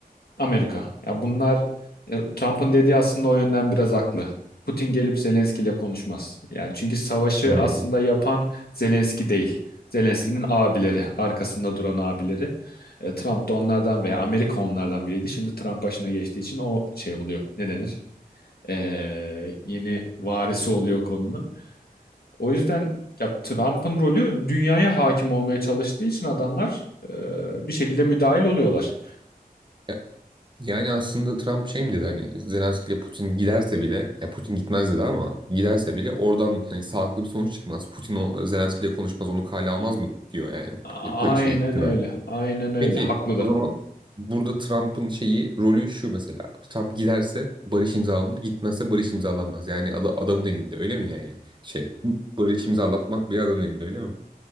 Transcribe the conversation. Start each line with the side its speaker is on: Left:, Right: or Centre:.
Left: Amerika. Ya bunlar e, Trump'ın dediği aslında o yönden biraz haklı. Putin gelip Zelenski ile konuşmaz. Yani çünkü savaşı
Right: Hmm.
Left: aslında yapan Zelenski değil. Zelenski'nin abileri, arkasında duran abileri. E, Trump da onlardan veya Amerika onlardan biriydi. Şimdi Trump başına geçtiği için o şey oluyor. Ne denir? E, yeni varisi oluyor konunun. O yüzden ya Trump'ın rolü dünyaya hakim olmaya çalıştığı için adamlar e, bir şekilde müdahil oluyorlar.
Right: Ya- yani aslında Trump şey mi dedi hani Zelenski ile Putin giderse bile ya Putin gitmez dedi ama giderse bile oradan hani sağlıklı bir sonuç çıkmaz. Putin o, Zelenski ile konuşmaz onu kale almaz mı diyor yani
Left: Aynen
Right: P- p- şey Trump.
Left: öyle. Aynen öyle.
Right: Peki
Left: Haklı da.
Right: o zaman burada Trump'ın şeyi rolü şu mesela. Trump giderse barış imzalanır, gitmezse barış imzalanmaz. Yani ada- adamın elinde öyle mi yani? Şey barış imzalatmak bir adamın elinde öyle mi?